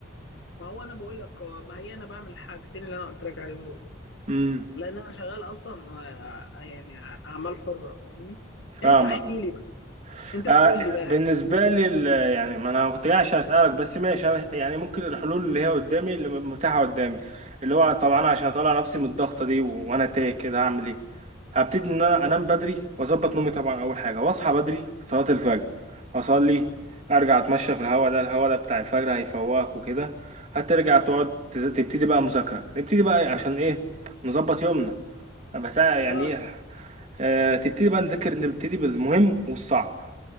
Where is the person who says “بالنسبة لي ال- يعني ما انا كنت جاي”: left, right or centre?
Right